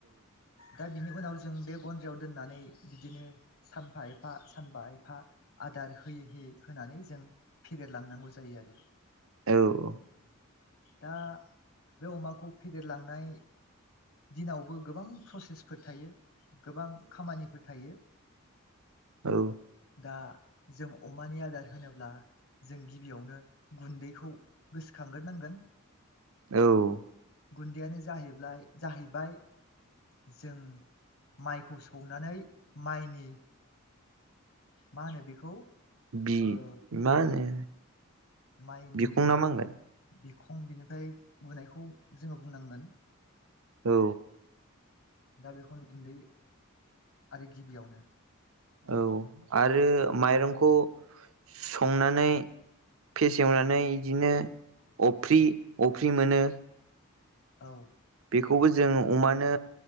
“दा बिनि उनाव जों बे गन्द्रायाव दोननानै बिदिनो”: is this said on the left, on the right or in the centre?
Left